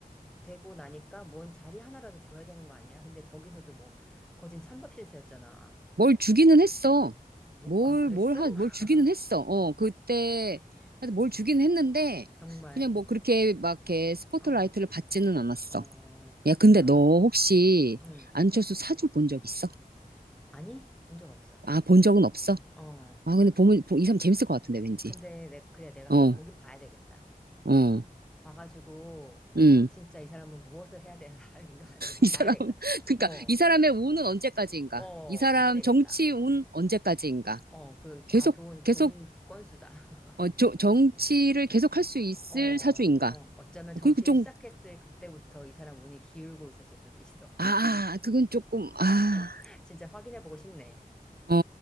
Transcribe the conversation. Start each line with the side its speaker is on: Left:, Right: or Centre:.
Centre: 되고 나니까 뭔 자리 하나라도 줘야 되는 거 아니야? 근데 거기서도 뭐 거진 찬밥 신세였잖아.
Right: 뭘 주기는 했어.
Centre: 뭐,
Right: 뭘,
Centre: 아, 그랬어?
Right: 뭘 하, 뭘
Centre: <laughs>
Right: 주기는 했어. 어, 그때, 하여튼 뭘 주기는 했는데,
Centre: 정말.
Right: 그냥 뭐 그렇게 막 이렇게 스포트라이트를
Centre: 어,
Right: 받지는 않았어.
Centre: 어, 그랬구나.
Right: 야, 근데 너 혹시
Centre: 응.
Right: 안철수 사주 본 적 있어?
Centre: 아니? 본 적 없어.
Right: 아, 본 적은 없어?
Centre: 어.
Right: 아, 근데 보면, 보- 이 사람 재밌을 것 같은데, 왠지.
Centre: 근데 내, 그래, 내가 한번
Right: 어,
Centre: 보긴 봐야 되겠다.
Right: 어,
Centre: 봐가지고
Right: 응.
Centre: 진짜 이 사람은 무엇을 해야 되는 사람인가 <laughs> 좀
Right: 이
Centre: 봐야
Right: 사람,
Centre: 되겠다.
Right: <laughs> 그러니까
Centre: 어,
Right: 이 사람의 운은 언제까지인가?
Centre: 어,
Right: 이 사람
Centre: 봐야 되겠다.
Right: 정치 운 언제까지인가?
Centre: 어, 그,
Right: 계속,
Centre: 아, 좋은,
Right: 계속,
Centre: 좋은 건수다. <laughs>
Right: 어, 저- 정치를 계속 할 수 있을
Centre: 어,
Right: 사주인가?
Centre: 어, 어쩌면 정치를
Right: 어, 그리고 좀,
Centre: 시작했을 그때부터 이 사람 운이 기울고 있었을 수도 있어.
Right: 아, 그건 조금, 아,
Centre: <laughs> 진짜 확인해보고 싶네.
Right: 어,